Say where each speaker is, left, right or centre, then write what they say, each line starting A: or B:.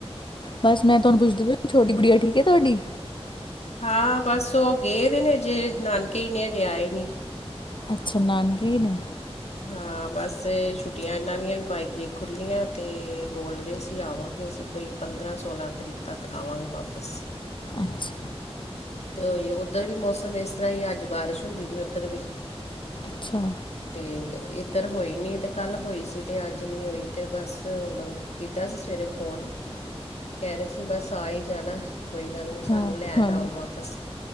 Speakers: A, on the left; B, on the left.
A: ਬਸ ਮੈਂ ਤੁਹਾਨੂੰ ਪੁੱਛਦੀ ਛੋਟੀ ਗੁੜੀਆ ਠੀਕ ਹੈ ਤੁਹਾਡੀ
B: ਹਾਂ ਬਸ ਉਹ ਗਏ ਦੇ ਨੇ ਅਜੇ ਨਾਨਕੇ ਨੇ ਅਜੇ ਆਏ ਨਹੀਂ
A: ਅੱਛਾ ਨਾਨਕੇ ਨੇ,
B: ਹਾਂ ਬਸ, ਛੁੱਟੀਆਂ ਇਹਨਾਂ ਦੀਆਂ ਬਾਈ ਤਰੀਕ ਖੁੱਲੀਆਂ। ਏ ਬੋਲ ਰਹੇ ਅ ਸੀ ਆਵਾਂਗੇ ਅਸੀਂ ਕੋਈ ਪੰਦਰਾਂ ਸੋਲਾਂ ਤਰੀਕ ਤੱਕ ਆਵਾਂਗੇ ਵਾਪਸ।
A: ਅੱਛਾ।
B: ਤੇ ਉੱਧਰ ਵੀ ਮੌਸਮ ਇਸ ਤਰ੍ਹਾਂ ਹੀ ਅੱਜ ਬਾਰਿਸ਼ ਹੁੰਦੀ ਪਈ ਹੈ। ਉੱਧਰ ਵੀ!
A: ਅੱਛਾ।
B: ਤੇ ਇੱਧਰ ਹੋਈ ਨਹੀਂ ਤੇ ਕੱਲ ਹੋਈ ਸੀ ਤੇ ਅੱਜ ਨਹੀਂ ਹੋਈ ਤੇ ਬਸ ਹੁਣ ਕੀਤਾ ਸੀ ਸਵੇਰੇ ਫੋਨ ਕਹਿ ਰਹੇ ਸੀ ਬਸ ਆ ਹੀ ਜਾਣਾ ਕੋਈ ਗੱਲ ਨਹੀਂ! ਸਾਨੂੰ
A: ਹਾਂ
B: ਲੈਣ
A: ਹਾਂ
B: ਆਓ ਵਾਪਸ